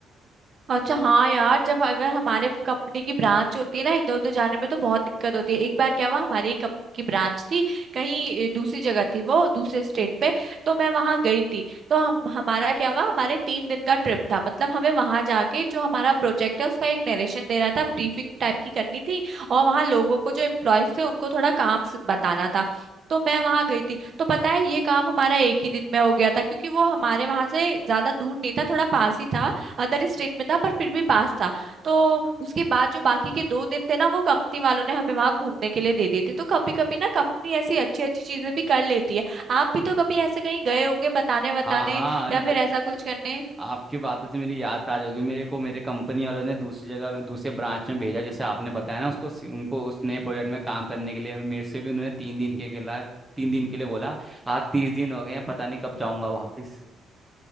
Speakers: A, on the right; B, in the centre.
A: अच्छा हाँ यार जब अगर हमारे कंपनी की ब्रांच होती है ना इधर उधर जाने में तो बहुत दिक्कत होती है एक बार क्या हुआ हमारी एक कंपनी की ब्रांच थी कहीं अ, दूसरी जगह थी वो दूसरे स्टेट पे तो मैं वहां गई थी तो हम हमारा क्या हुआ हमारे तीन दिन का ट्रिप था मतलब हमें वहां जाके जो हमारा प्रोजेक्ट है उसका एक नरेशन देना था ब्रीफिंग टाइप की करनी थी और वहां लोगों को जो एम्प्लॉयज थे उनको थोड़ा काम स- बताना था तो मैं वहां गई थी तो पता है ये काम हमारा एक ही दिन में हो गया था क्योंकि वो हमारे वहां से ज्यादा दूर नहीं था थोड़ा पास ही था अदर स्टेट में था पर फिर भी पास था तो उसके बाद जो बाकी के दो दिन थे ना वो कंपनी वालों ने हमें वहां घूमने के लिए दे दिए थे तो कभी कभी ना कंपनी ऐसी अच्छी अच्छी चीजें भी कर लेती है आप भी तो कभी ऐसे कहीं गए होंगे बताने बताने
B: हाँ हाँ
A: या
B: ज-
A: फिर ऐसा कुछ करने
B: आपकी बातों से मेरी याद ताज होगी मेरे को मेरे कंपनी वालों ने दूसरी जगह दूसरे ब्रांच में भेजा जैसे आपने बताया ना उसको उनको उस नए प्रोजेक्ट में काम करने के लिए मेरे से भी उन्होंने तीन दिन के लिए तीन दिन के लिए बोला आज तीस दिन हो गए हैं पता नहीं कब जाऊंगा वापिस